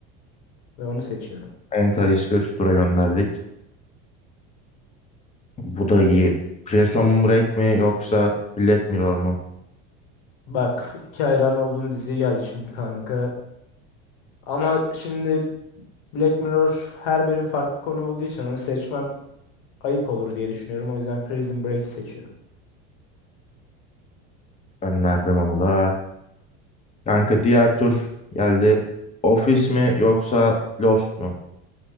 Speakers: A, on the left; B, on the left.
A: Ve onu seçiyorum.
B: Mentalist'i üst tura gönderdik. Bu da iyi. Prison Break mi yoksa Black Mirror mu?
A: Bak iki hayran olduğum dizi geldi şimdi kanka. Ama şimdi Black Mirror her bölüm farklı konu olduğu için onu seçmem ayıp olur diye düşünüyorum. O yüzden Prison Break'i seçiyorum.
B: Gönderdim onu da. Kanka diğer tur geldi. Office mi
A: Evet.
B: yoksa Lost mu?